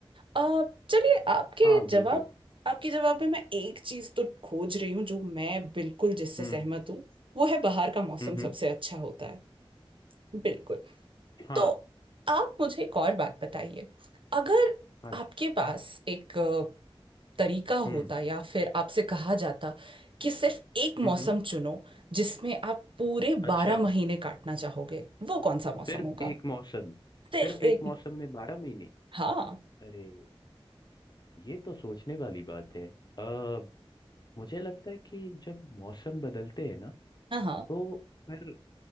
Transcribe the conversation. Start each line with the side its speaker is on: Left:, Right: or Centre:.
Right: अ, चलिए आपके
Left: हाँ
Right: जवाब
Left: बिल्कुल
Right: आपके जवाब में मैं एक चीज तो खोज रही हूँ जो मैं बिल्कुल जिससे
Left: हम्म
Right: सहमत हूँ वो है बाहर का मौसम
Left: हम्म
Right: सबसे
Left: हम्म,
Right: अच्छा होता है बिल्कुल
Left: हाँ
Right: तो आप मुझे एक और बात बताइए अगर
Left: हाँ जी
Right: आपके पास एक अ, तरीका
Left: हम्म
Right: होता या फिर आपसे कहा जाता कि सिर्फ एक मौसम
Left: हम्म हम्म,
Right: चुनो जिसमें आप पूरे
Left: अच्छा
Right: बारह महीने काटना चाहोगे वो कौन सा मौसम
Left: सिर्फ
Right: होगा
Left: एक मौसम
Right: सिर्फ
Left: सिर्फ एक
Right: एक
Left: मौसम में बारह महीने
Right: हाँ
Left: अरे ये तो सोचने वाली बात है आ, मुझे लगता है कि जब मौसम बदलते हैं ना
Right: हाँ हाँ
Left: तो फिर